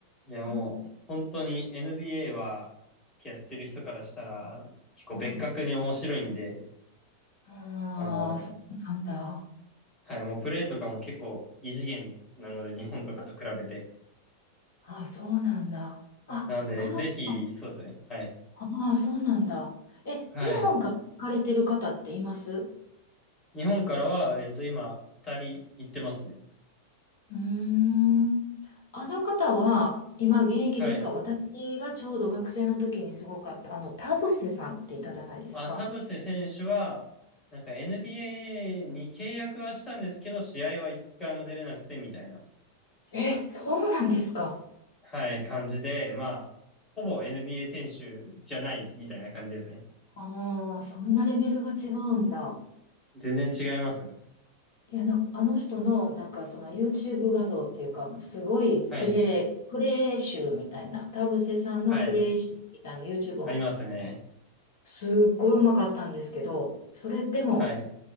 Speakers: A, on the left (about 20°); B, on the left (about 55°).
A: いやもう、
B: ん。
A: 本当に NBA は、やってる人からしたら、結構別格に面白いんで、
B: はい。ああ、
A: あの、
B: そうなんだ。
A: はい、もうプレーとかも結構異次元なので、日本とかと比べて。
B: あ、そうなんだ。
A: はいなので、
B: あ、あの、
A: ぜひ、
B: あ、
A: そうですね。はい。
B: あー、そうなんだ。え、
A: はい。
B: 日本から行かれてる方っています
A: 日本からは、えっと、今、二人行ってますね。
B: うーん。あの方は今現役ですか私がちょうど学生の時にすごかった、
A: はい。
B: あの、田臥さんっていたじゃないですか。
A: あ、田臥選手は、なんか NBA に契約はしたんですけど、試合は一回も出れなくてみたいな、
B: え、そうなんですか。
A: はい、感じで、まあ、ほぼ NBA 選手じゃないみたいな感じですね。
B: ああ、そんなレベルが違うんだ。
A: 全然違いますね。
B: いや、なあの人のなんかその YouTube 画像っていうか、すごいプレイ、
A: はい、
B: プレイ集みたいな、田臥さんのプレイ集みたいな
A: はい、
B: YouTube
A: ありますね。
B: をすっごいうまかったんですけど、それでも
A: はい。